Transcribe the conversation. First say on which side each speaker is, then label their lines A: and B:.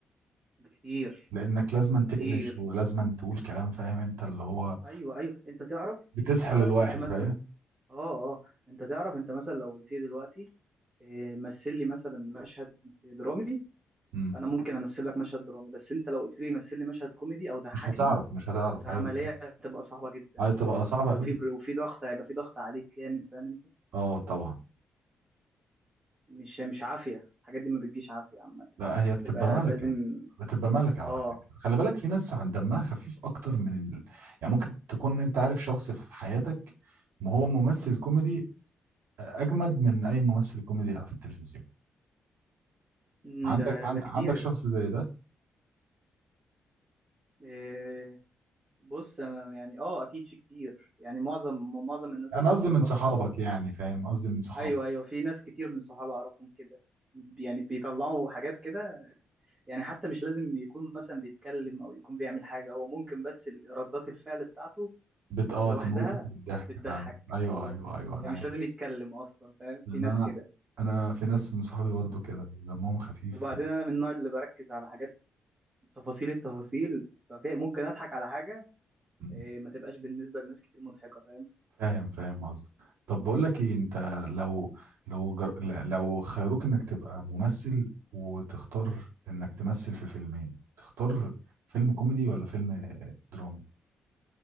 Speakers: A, on the right; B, on the right.
A: بكتير
B: لانك لازما
A: بكتير
B: تقلش ولازما تقول كلام فاهم انت اللي هو
A: ايوه ايوه انت تعرف
B: بتسحل
A: انت تعرف
B: الواحد
A: انت مثلا
B: فاهم
A: اه اه انت تعرف انت مثلا لو قلت لي دلوقتي إيه، مثل لي مثلا مشهد درامي
B: امم
A: انا ممكن امثل لك مشهد درامي بس انت لو قلت لي مثل لي مشهد كوميدي او ضحكني
B: مش هتعرف مش هتعرف
A: العمليه
B: ايوه فاهم.
A: هتبقى صعبه جدا
B: ايوه تبقى
A: هتبقى
B: صعبه
A: صعبه وفي
B: قوي
A: بر... وفي ضغط هيبقى في ضغط عليك جامد فاهم انت
B: اه طبعا
A: مش مش عافيه الحاجات دي ما بتجيش عافيه عامه
B: لا هي
A: بتبقى
B: بتبقى ملكة
A: لازم
B: بتبقى ملكة
A: اه
B: على فكرة خلي بالك في ناس عن دمها خفيف أكتر من ال... يعني ممكن تكون أنت عارف شخص في حياتك ما هو ممثل كوميدي أجمد من أي ممثل كوميدي في التلفزيون
A: مم،
B: عندك
A: ده
B: عن...
A: ده كتير
B: عندك شخص زي ده
A: آه، بص انا يعني اه اكيد في كتير يعني معظم معظم الناس
B: أنا
A: اللي
B: قصدي
A: اعرفها
B: من صحابك يعني فاهم قصدي من صحابك
A: ايوه ايوه في ناس كتير من صحابي اعرفهم كده يعني بيطلعوا حاجات كده يعني حتى مش لازم يكون مثلا بيتكلم او يكون بيعمل حاجه هو ممكن بس ال- ردات الفعل بتاعته
B: بت آه
A: لوحدها
B: تموتك من الضحك
A: بتضحك
B: فاهم أيوه
A: اه
B: أيوه أيوه أنا
A: يعني
B: عارف
A: مش لازم يتكلم اصلا فاهم
B: لأن
A: في ناس
B: أنا
A: كده
B: أنا في ناس من صحابي برضه كده دمهم خفيف
A: وبعدين انا من النوع اللي بركز على حاجات تفاصيل التفاصيل ففي ممكن اضحك على حاجه
B: و...
A: إيه، ما تبقاش بالنسبه لناس كتير مضحكه فاهم
B: فاهم فاهم قصدك طب بقول لك ايه انت لو لو جر... ل- لو خيروك انك تبقى ممثل وتختار انك تمثل في فيلمين تختار فيلم كوميدي ولا فيلم درامي